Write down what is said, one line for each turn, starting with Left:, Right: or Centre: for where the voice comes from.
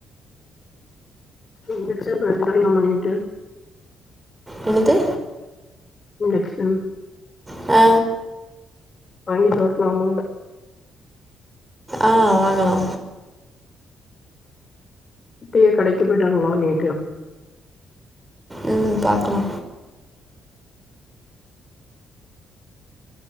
Left: இன்ஜெக்ஷன் வேண்டலா மண்ணிட்டு
Right: என்னது
Left: இன்ஜெக்ஷன்
Right: ஆ
Left: வாங்கிட்டு வர்லாமா
Right: ஆ வாங்கலா
Left: குட்டி கடைக்கு போயிட்டு வர்லா நேட்டு
Right: ம் பாக்கலா